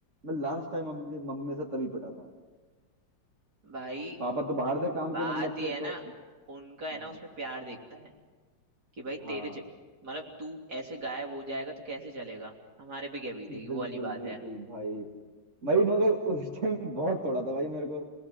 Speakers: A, on the right (about 40°); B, on the right (about 55°).
A: मैं लास्ट टाइम मम्मी मम्मी से तभी पिटा था
B: भाई
A: पापा तो बाहर थे काम
B: बात
A: के मतलब
B: ये
A: से तो
B: है ना उनका है
A: हाँ
B: ना उसमें प्यार देखता है कि भाई
A: हाँ
B: तेरे चक मतलब तू ऐसे गायब हो जाएगा तो कैसे चलेगा हमारे पे क्या बीतेगी
A: बिल्कुल
B: वो वाली बात
A: बिल्कुल
B: है
A: भाई भाई मगर उस टाइम बहुत तोड़ा था भाई मेरे को